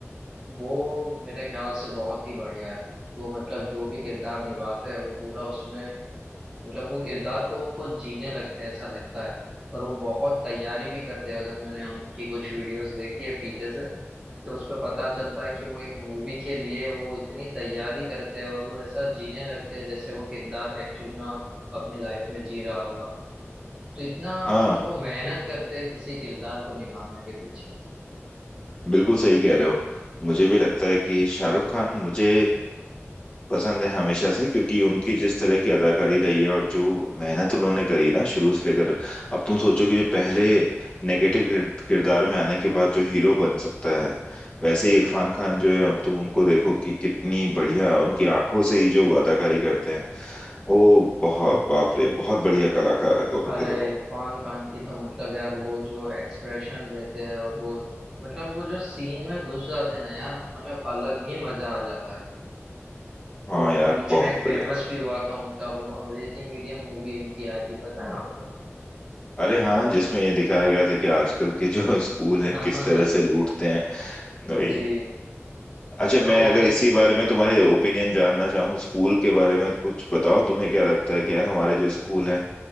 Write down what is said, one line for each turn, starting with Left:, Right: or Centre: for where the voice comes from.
Right: वो मेरे ख्याल से बहुत ही बढ़िया है वो मतलब जो भी किरदार निभाते हैं वो पूरा उसमें मतलब वो किरदार को वो खुद जीने लगते हैं ऐसा लगता है और वो बहुत तैयारी भी करते हैं अगर मैंने उनकी कुछ वीडियोस देखी है पीछे से तो उसमें पता चलता है कि वो एक मूवी के लिए वो इतनी तैयारी करते हैं और वो ऐसा जीने लगते हैं जैसे वो किरदार एक्चुअल में अपनी लाइफ में जी रहा होगा तो इतना
Left: हाँ
Right: मतलब वो मेहनत करते हैं किसी किरदार को निभाने के पीछे
Left: बिल्कुल सही कह रहे हो मुझे भी लगता है कि शाहरुख खान मुझे पसंद है हमेशा से क्योंकि उनकी जिस तरह की अदाकारी रही है और जो मेहनत उन्होंने करी ना शुरू से लेकर अब तुम सोचो कि जो पहले नेगेटिव किरदार में आने के बाद जो हीरो बन सकता है वैसे ही इरफान खान जो है अब तुम उनको देखो कि कितनी बढ़िया उनकी आंखों से ही जो अदाकारी करते हैं वो बहुत बाप रे बहुत बढ़िया कलाकार हैं दोनों
Right: अरे
Left: के दोनों
Right: इरफान खान की तो मतलब यार वो जो एक्सप्रेशन देते हैं और वो मतलब वो जो सीन में घुस जाते हैं ना यार मतलब अलग ही मजा आ जाता है
Left: हाँ
Right: वो अभी
Left: यार
Right: बीच
Left: बहुत
Right: में एक फेमस
Left: बढ़िया
Right: भी हुआ था उनका वो अंग्रेजी मीडियम मूवी उनकी आई थी पता है ना आपको
Left: अरे हाँ जिसमें ये दिखाया गया था कि आजकल के जो <laughs> स्कूल हैं
Right: <laughs>
Left: किस तरह से लूटते हैं वही
Right: जी
Left: अच्छा
Right: और
Left: मैं
Right: वो
Left: अगर
Right: फिर
Left: इसी बारे में तुम्हारे ओपिनियन जानना चाहूँ स्कूल के बारे में कुछ बताओ तुम्हें क्या लगता है कि यार हमारे जो स्कूल हैं